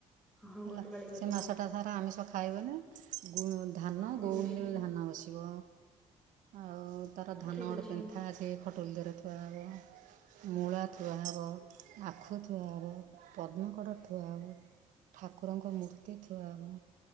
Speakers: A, in the centre; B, on the right.
A: ହଁ ଗୋଟେ
B: ହେଲା
A: ପାଳି କରିବ।
B: ସେ ମାଛଟା ସାର ଆମିଷ ଖାଇବେନି। ଧାନ
A: ଠିକ
B: ଗଉଣୀରେ
A: ଅଛି।
B: ଧାନ ବସିବ ଆଉ ତାର ଧାନ
A: ଠିକ
B: ଗୋଟେ
A: ଅଛି।
B: ପେନ୍ଥା ଅସି ଖଟୋଲ ଦେରେ <unintelligible> ମୂଳା ଥୁଆ ହବ ଆଖୁ ଥୁଆ ହେବ ପଦ୍ମକଡ଼ ଥୁଆ ହବ ଠାକୁରଙ୍କ ମୂର୍ତ୍ତି ଥୁଆ ହେବ।